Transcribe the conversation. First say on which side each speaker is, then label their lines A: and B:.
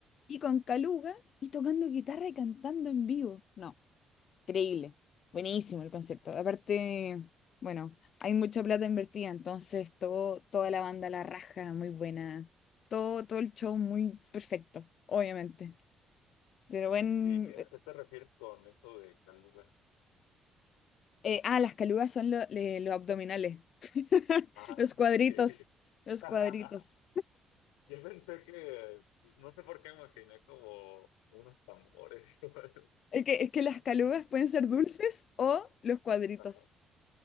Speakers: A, on the left; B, on the left.
A: y con Caluga y tocando guitarra y cantando en vivo. No. Increíble, buenísimo el concepto. Aparte, bueno, hay mucha plata invertida, entonces todo, toda la banda la raja, muy buena. Todo, todo el show muy perfecto, obviamente. Pero bueno
B: ¿Y, y a qué te refieres con eso de caluga?
A: ah, las calugas son lo- le- los abdominales. <laughs>
B: Ah,
A: Los cuadritos,
B: ok.
A: los
B: <laughs>
A: cuadritos.
B: Yo pensé que, no sé por qué me imaginé como unos tambores <laughs> o algo así.
A: Es que, es que las calugas pueden ser dulces o los cuadritos.
B: Ajá.